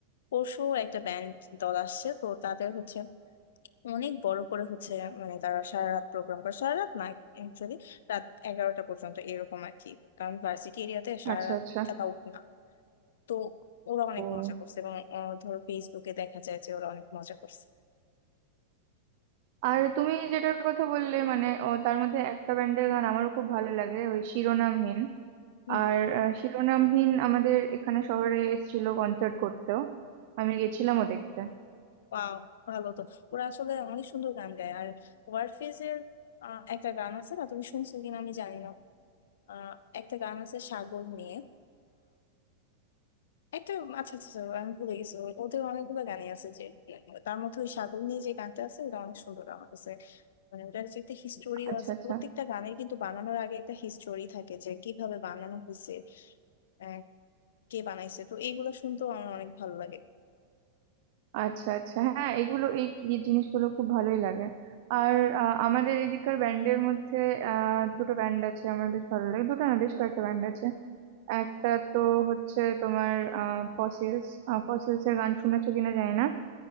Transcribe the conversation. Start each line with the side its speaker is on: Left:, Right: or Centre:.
Left: পরশু একটা ব্যান্ড দল আসছে তো তাদের হচ্ছে অনেক বড় করে হচ্ছে মানে তারা সারা রাত প্রোগ্রাম করে সারা রাত না অ্যাকচুয়ালি রাত এগারোটা পর্যন্ত এরকম আর কি কারণ ভার্সিটি এরিয়াতে সারা
Right: আচ্ছা
Left: রাত
Right: আচ্ছা
Left: অ্যালাউড না তো ওরা অনেক
Right: ও
Left: মজা করছে এবং আহ, ধরো ফেসবুকে দেখা যায় যে ওরা অনেক মজা করছে
Right: আর তুমি যেটার কথা বললে মানে ও তার মধ্যে একটা ব্যান্ডের গান আমারও খুব ভালো লাগে ওই শিরোনামহীন
Left: হুম
Right: আর আহ, শিরোনামহীন আমাদের এখানে শহরে এসেছিল কনসার্ট করতেও আমি গেছিলামও দেখতে
Left: ওয়াও ভালো তো ওরা আসলে অনেক সুন্দর গান গায় আর ওয়ারফেজের আহ, একটা গান আছে না তুমি শুনছো কিনা আমি জানি না আহ, একটা গান আছে সাগর নিয়ে একটা আচ্ছা আচ্ছা আচ্ছা, আমি ভুলে গেছি ও- ওদের অনেকগুলো গানই আছে যে মানে তার মধ্যে ওই সাগর নিয়ে যে গানটা আছে ওটা অনেক সুন্দর আমার কাছে মানে ওটার যে একটা হিস্টোরিও
Right: আচ্ছা
Left: আছে
Right: আচ্ছা
Left: প্রত্যেকটা গানের কিন্তু বানানোর আগে একটা হিস্টোরি থাকে যে কিভাবে বানানো হয়েছে আহ, কে বানাইছে তো এইগুলো শুনতেও আমার অনেক ভালো লাগে
Right: আচ্ছা আচ্ছা হ্যাঁ এগুলো এই এই জিনিসগুলো খুব ভালোই লাগে আর আহ, আমাদের এদিকার ব্যান্ডের মধ্যে আহ দুটো ব্যান্ড আছে আমার বেশ ভালো লাগে দুটো না বেশ কয়েকটা ব্যান্ড আছে একটা তো হচ্ছে তোমার আহ ফসিলস ফসিলস এর গান শুনেছো কিনা জানি না